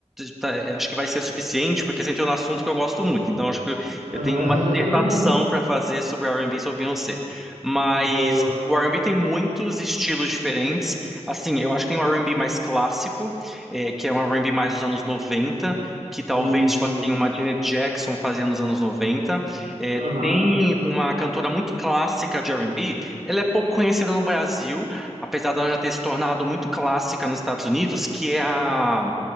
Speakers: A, in the centre; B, on the right.
A: tá- eu acho que vai ser suficiente porque você entrou no assunto que eu gosto muito. Então, acho que eu
B: Aham.
A: eu tenho uma dissertação para fazer sobre R&B e B e sobre Beyoncé. Mas
B: <laughs> Boa.
A: o R&B tem muitos estilos diferentes Assim, eu acho que tem um R&B mais clássico, eh, que é um R&B mais dos anos 90, que talvez,
B: Isso,
A: tipo,
B: isso.
A: tem uma Janet Jackson fazia nos anos 90. Eh,
B: Aham.
A: tem uma cantora muito clássica de R&B, ela é pouco conhecida no Brasil, apesar dela já ter se tornado muito clássica nos Estados Unidos, que é a,